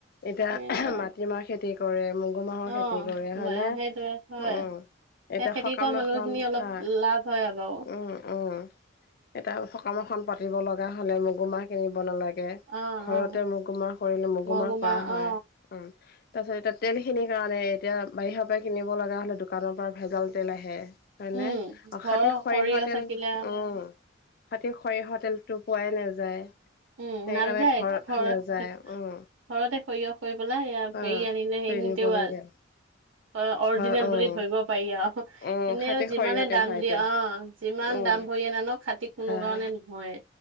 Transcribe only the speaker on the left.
এতিয়া
মাটিমাহ খেতি কৰে মগু মাহৰ
খেতি কৰে হয়
নে
উম
এতিয়া
সকাম
এখন
খাই
উম উম <unintelligible> সকাম এখন পাতিব লগা হ'লে মগু মাহ কিনিব নালাগে
ঘৰতে
মগুমাহ কৰিলে মগুমাহ
কৰা হয়
উম তাৰ পিছত এতিয়া তেল খিনিৰ কাৰণে এতিয়া বাহিৰৰ পৰা কিনি ব লগা হ'লে দোকানৰ পৰা ভেজাল তেল আহে হয়নে
অ
খাতি সৰিয়হৰ
তেল
উম। তাত সেই সৰিয়হৰ তেলটো পোৱাই নাযায়।
সেইকাৰণে
ঘৰত
নাযায়
উম,
অ',
কিনিব
লাগে।
ঘৰ উম,
উম,
খাটি
সৰিয়হৰ তেল
হয় এইটো
উম,
হয়,